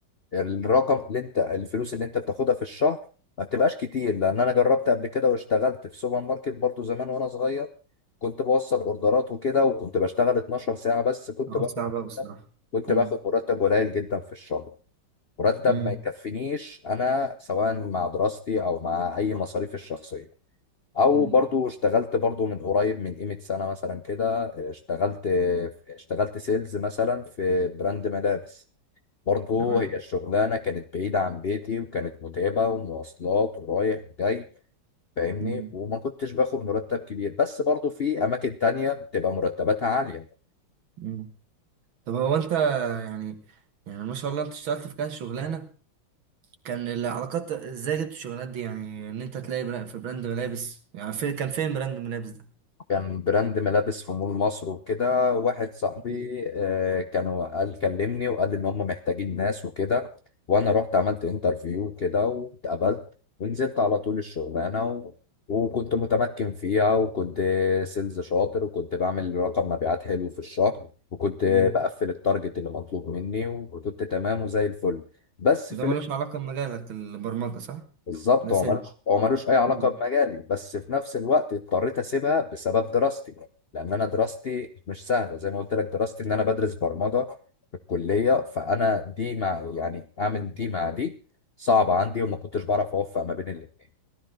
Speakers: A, on the left; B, on the right.
A: الرقم اللي انت الفلوس اللي انت بتاخدها في الشهر ما بتبقاش كتير لان انا جربت قبل كده واشتغلت في سوبر ماركت برضو زمان وانا صغير كنت بوصل اوردرات وكده وكنت بشتغل 12 ساعة بس كنت
B: حوار
A: باخد
B: صعب أوي الصراحه
A: مرتب كنت
B: مم.
A: باخد مرتب قليل جدا في الشهر مرتب
B: مم.
A: ما يكفينيش انا سواء مع دراستي او مع اي مصاريف الشخصية او
B: مم.
A: برضو اشتغلت برضو من قريب من قيمة سنة مثلا كده اشتغلت اشتغلت سيلز مثلا في براند ملابس برضه
B: تمام
A: هي الشغلانة كانت بعيدة عن بيتي وكانت متعبة ومواصلات ورايح وجاي فاهمني
B: مم.
A: وما كنتش باخد مرتب كبير بس برضه في أماكن تانية بتبقى مرتباتها عالية
B: مم. طب هو انت يعني يعني ما شاء الله انت اشتغلت في كذا شغلانه كان العلاقات ازاي جبت الشغلانات دي يعني ان انت تلاقي برا- في براند ملابس يعني في كان فين براند ملابس ده
A: كان براند ملابس في مول مصر وكده واحد صاحبي
B: مم.
A: آه، كانوا قال كلمني وقال لي ان هم محتاجين ناس وكده وانا رحت عملت انترفيو كده واتقبلت ونزلت على طول الشغلانه و... وكنت متمكن فيها وكنت سيلز شاطر وكنت بعمل رقم مبيعات حلو في الشهر وكنت
B: مم.
A: بقفل التارجت اللي مطلوب مني وكنت تمام وزي الفل بس
B: وده
A: في
B: ملوش علاقة بمجالك البرمجة صح؟
A: بالظبط
B: نسيت
A: هو ملوش هو ملوش اي علاقه
B: مم.
A: بمجالي بس في نفس الوقت اضطريت اسيبها بسبب دراستي لان انا دراستي مش سهله زي ما قلت لك دراستي ان انا بدرس برمجه في الكليه فانا دي مع يعني اعمل دي مع دي صعبه عندي وما كنتش بعرف اوفق ما بين الاثنين